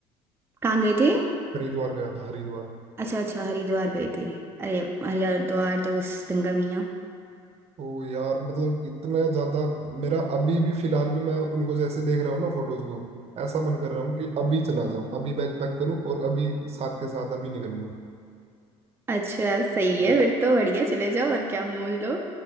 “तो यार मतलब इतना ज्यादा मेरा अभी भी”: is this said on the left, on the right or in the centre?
Right